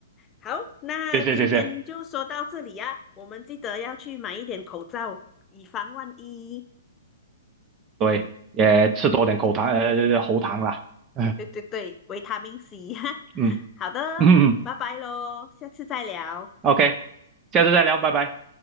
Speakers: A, on the left (about 20°); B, on the right (about 20°).
A: 好，那今天就说到这里呀、
B: 谢谢谢谢，
A: 我们记得要去买一点口罩，以防万一。
B: 对，也吃多点口糖呃喉糖啦，
A: 嗯
B: 嗯
A: 对对对，维他命 C。<laughs> 哈。
B: 嗯
A: 好的，
B: 嗯
A: 拜拜喽，下次再聊。
B: ，OK，下次再聊，拜拜。